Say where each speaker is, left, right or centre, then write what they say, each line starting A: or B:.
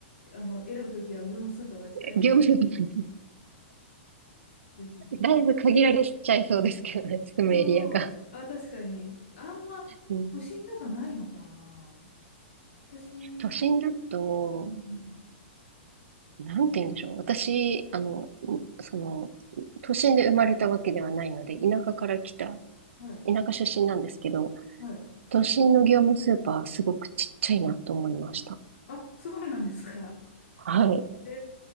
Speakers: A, on the left; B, on the right.
A: あの、選ぶときは業務スーパーが近いところでね、
B: 業務スーパー、
A: ぜひぜひ。
B: <laughs> だいぶ限られちゃいそうですけどね、住むエリアが。
A: そう。あ、確かに。あんま、
B: うん、
A: 都心だとないのかな。私、
B: 都心だと、
A: き、うんうん。
B: なんて言うんでしょう。私、あの、その、都心で生まれたわけではないので、田舎から来た、
A: はい、
B: 田舎出身なんですけど、
A: はい。
B: 都心の業務スーパーはすごくちっちゃいなと思いました。
A: あ、そうなんですか。<laughs>
B: はい。
A: え